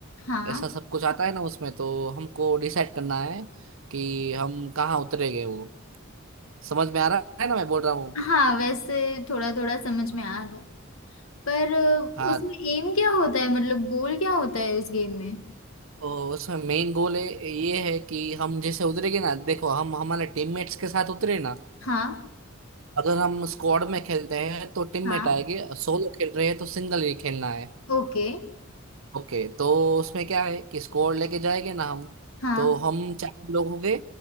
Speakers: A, on the left; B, on the right.
A: हाँ
B: ऐसा सब कुछ आता है ना उसमें तो हमको डिसाइड करना है कि हम कहाँ उतरेंगे वो समझ में आ रहा है ना मैं बोल रहा हूँ
A: हाँ वैसे थोड़ा थोड़ा समझ में आ रहा है पर अ,
B: हाँ
A: उसमें एम क्या होता है मतलब गोल क्या होता है उस गेम में
B: तो उसमें मेन गोल है ये है कि हम जैसे उतरेंगे ना देखो हम हमारे टीममेट्स के साथ उतरे ना
A: हाँ
B: अगर हम स्क्वाड में खेलते हैं तो टीममेट
A: हाँ
B: आएंगे सोलो खेल रहे हैं तो सिंगल ही खेलना है
A: ओके
B: ओके तो उसमें क्या है कि स्क्वाड लेके जाएंगे ना हम
A: हाँ
B: तो हम चार लोग होंगे